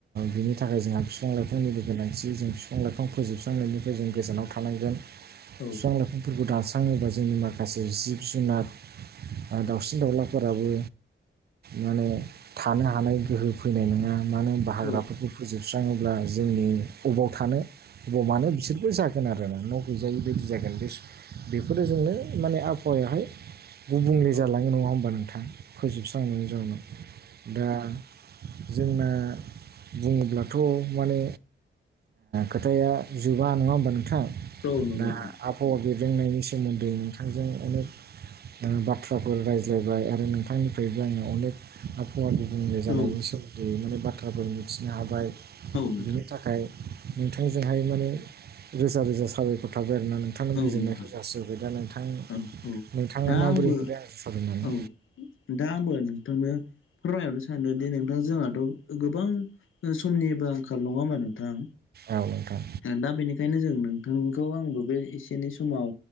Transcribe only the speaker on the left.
औ
औ
औ
औ नंगौ
नोंथां
औ
औ नोंथां
औ
नोंथां।
औ औ
दा
आंबो
औ दा आंबो नोंथांनो फोरमायरनो सानदों दि नोंथाङा जोंहाथ' गोबां समनिबो आंखाल नङा मानो नोंथां
दा बेनिखायनो जों नोंथांखौ आंबो बे एसे एनै समाव